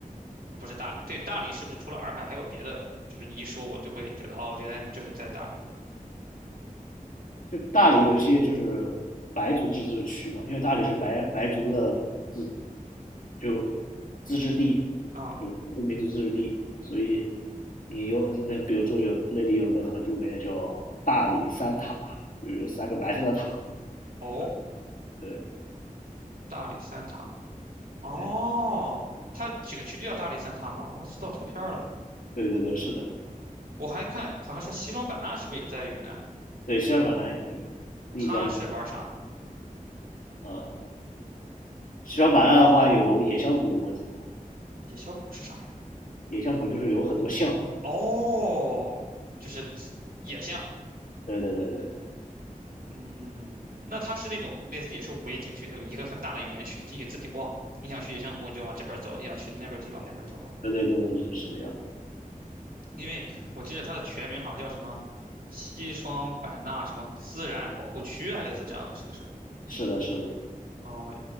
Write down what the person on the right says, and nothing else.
呃不是大理？对，大理是不是除了洱海还有别的？就是你一说，我就会觉得哦，原来就是在大理。
啊、
哦，
大理三塔。哦，
它景区就叫大理三塔吗？我还搜到图片儿了呢。
我还看，好像说西双版纳是不是也在云南？
它是玩啥呢？
野小谷是啥呀？
哦，就是自野象，
嗯，那它是那种类似也是五 A 景区那种一个很大的园区，你进去自己逛，你想去野象谷你就往这边走，你想去那边就往那边走吗？
因为我记得它的全名好像叫什么西双版纳什么自然保护区，还类似这样的，是不是？
哦，